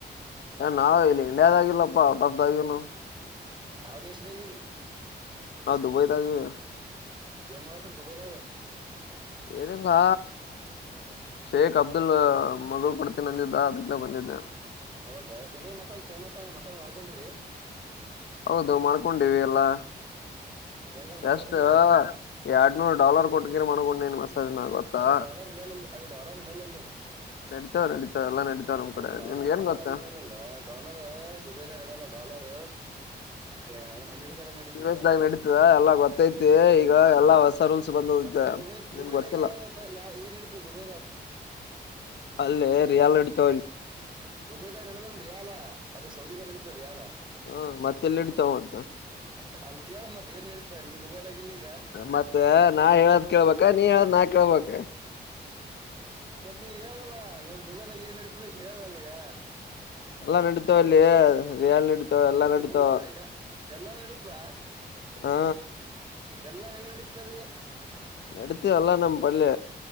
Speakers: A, on the left; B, on the right.
A: ನಾವ್ ಇಲ್ಲಿ ಇಂಡಿಯಾದಾಗಿಲ್ಲಪ್ಪಾ ಔಟ್ ಆಫ್ ದಾಗಿವ್ ನಾವ್
B: ಯಾವ ದೇಶದಗೈದಿ
A: ಹಾ ದುಬೈದಾಗ
B: ಏನ್ ಮಾಡತೀರಿ ದುಬೈದಾಗ
A: ಏನಿಲ್ಲಾ ಶೇಕ್ ಅಬ್ದುಲ್ ಮಗಳು ಕೋಡ್ತಿನಿ ಅಂದಿದ್ದ ಅದಕ್ಕ ಬಂದಿದ್ದಾ
B: ಹೌದಾ ದುಬೈ ಮಸಾಜ್ ಫೇಮಸ್ ಮಸಾಜ್ ಮಾಡ್ಕೊಂಡಿರಿ
A: ಹೌದು ಮಾಡ್ಕೊಂಡೀವಿ ಎಲ್ಲಾ
B: ಹೆಂಗದ ಮಸಾಜ್
A: ಎಷ್ಟ
B: ಹೆಂಗ
A: ಎರಡ್ನೂರ ಡಾಲರ್ ಕೊಟ್ಟಗಿರ್ ಮಾಡ್ಕೊಂಡ ನೀನ್ ಮಸಾಜ್ ನ ಗೊತ್ತಾ
B: ಅಲ್ಲಿ ಡಾಲರ್ ನಡೆಯಲ್ಲ ಅಲ್ಲಿ ಡಾಲರ್ ನಡಿಯಲ ಅಲ್ಲಿ
A: ನಡೀತಾವ ನಡೀತಾವ ಎಲ್ಲಾ ನಡೀತಾವ ನಮ್
B: ಅ
A: ಕಡೆ ನಿಮ್ಗ
B: ಡಾಲರ್
A: ಏನ್ ಗೊತ್ತಾ
B: ಅಲ್ಲಿ ನಡಲಲ್ಲ ಡಾಲರ್ ದುಬೈದ ನಡಯಲ್ಲ ಡಾ ಡಾಲರ್ ಏನ್ ಅಮೇರಿಕಾದಲ್ಲಿ ನಡೀತದ
A: ಯು ಎಸ್ ದಾಗ ನಡೀತದ ಎಲ್ಲಾ ಗೊತ್ತೈತಿ
B: ಹಾ
A: ಈಗ ಎಲ್ಲಾ ಹೊಸ ರೂಲ್ಸ್ ಬಂದದ
B: ಮತ್ತೆ ದುಬೈ ದುಬೈದಾಗ
A: ನಿಮ್ಗ್ ಗೊತ್ತಿಲ್ಲ
B: ಯಾವ ಯಾವ ಏನ್ ನಡೀತದ ದುಬೈದಾಗ ಹ
A: ಅಲ್ಲೇ ರಿಯಲ್ ಅಡಿತಾವ ಇ
B: ದುಬೈದಾಗ ನಡೆಯೋದು ರಿಯಾಲ ಅದು ಸೌಧೆ ನಡೀತ ರೀ ಅಲ್ಲ
A: ಹ ಮತ್ತೆಲ್ಲ ಇಡತಾವ ಮತ್ತ
B: ಅ ಅಲ್ಲಿ ಕೇಳೋ ಮತ್ ಏನ್ ನಡೀತ ನೀ ದುಬೈದಾಗ ಇಲ್ಲಿ ಈಗ
A: ಮತ್ತೆ ನಾ ಹೇಳೋದ ಕೇಳಬೇಕ ನೀ ಹೇಳದ್ ನಾ ಕೇಳಬೇಕ
B: ಮತ್ತ ನೀ ಹೇಳಲ್ಲ ನೀ ದುಬೈದಾಗ ಏನ್ ನಡೀತದ ಹೇಳಲ್ ಈಗ
A: ಎಲ್ಲಾ ನಡಿತದ ಅಲ್ಲಿಯೇ ರಿಯಲ್ ನಡತ ಎಲ್ಲಾ ನಡಿತಾವ
B: ಎಲ್ಲಾನು ಎಲ್ಲಾ ನಡಿತದ
A: ಹಾ
B: ಎಲ್ಲಾ ಹೆಂಗ್ ನಡೀತಲ್ಲಿ
A: ನಡತೀ ಅಲ್ಲ ನಮ್ಮ್ ಬಲ್ಯ